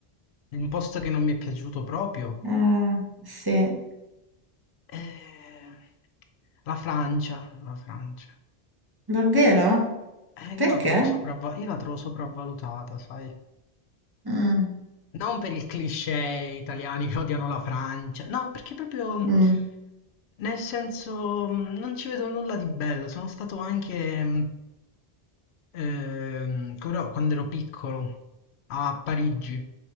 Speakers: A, on the left (about 85°); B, on the right (about 25°).
A: Un posto che non mi è piaciuto proprio?
B: Ah, sì,
A: Eh, La Francia, la Francia.
B: davvero?
A: Eh,
B: Perché?
A: io la trovo sopravva- io la trovo sopravvalutata, sai?
B: Mm.
A: Non per il cliché italiani che odiano la Francia, no, perché proprio
B: Mm.
A: nel senso mh, non ci vedo nulla di bello. Sono stato anche mh, ehm, però quando ero piccolo a Parigi